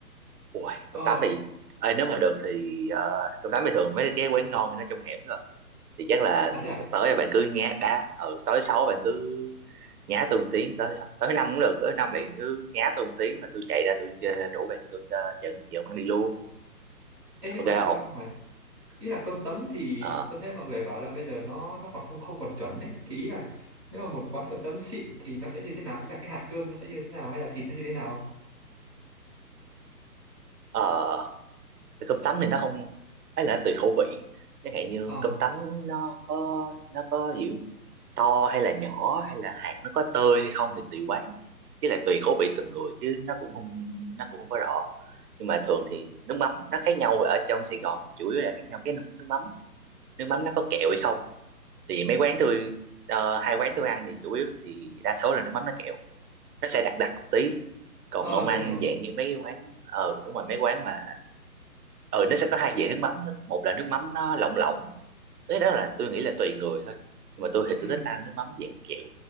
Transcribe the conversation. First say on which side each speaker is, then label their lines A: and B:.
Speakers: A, on the right; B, on the right.
A: ui
B: ờ.
A: cơm tấm thì ơi nếu mà được thì ờ, cơm tấm thì thường mấy cái quán ngon thì nó trong hẻm rồi thì chắc là
B: À thế à?
A: tới là bạn cứ nhá đá ừ tới sáu bạn cứ nhá tôi một tiếng tới sao tới năm cũng được tới năm bạn cứ nhá tôi một tiếng là tôi chạy ra tôi ờ, rủ bạn tôi uh, dẫn dẫn bạn đi luôn
B: Ê, nhưng
A: ok
B: mà
A: không
B: tôi đang hỏi ý là cơm tấm thì
A: ờ
B: tôi thấy mọi người bảo là bây giờ nó nó còn không không còn chuẩn ấy. Thì ý là nếu mà một quán cơm tấm xịn thì nó sẽ như thế nào? Ý là cái hạt cơm nó sẽ như thế nào hay là thịt nó như thế nào?
A: ờ Thì cơm tấm thì nó không ấy là nó tùy khẩu vị chẳng hạn như
B: Ờ,
A: cơm tấm nó có nó có kiểu to hay là nhỏ hay là hạt nó có tơi hay không thì tùy quán chứ lại tùy khẩu vị từng người chứ nó cũng không nó cũng không có rõ nhưng mà thường thì nước mắm nó khác nhau ở trong Sài Gòn chủ yếu là khác nhau cái nước nước mắm nước mắm nó có kẹo hay không thì mấy quán tôi ờ, hai quán tôi ăn thì chủ yếu thì đa số là nước mắm nó kẹo nó sẽ đặc đặc một tí còn
B: ờ
A: ông
B: tôi
A: ăn
B: hiểu.
A: dạng như mấy quán ờ đúng rồi mấy quán mà ừ nó sẽ có hai dạng nước mắm đó. một là nước mắm nó lỏng lỏng đấy đó là tôi nghĩ là tùy người thôi nhưng mà tôi thì
B: Ừ.
A: tôi thích ăn nước mắm dạng kẹo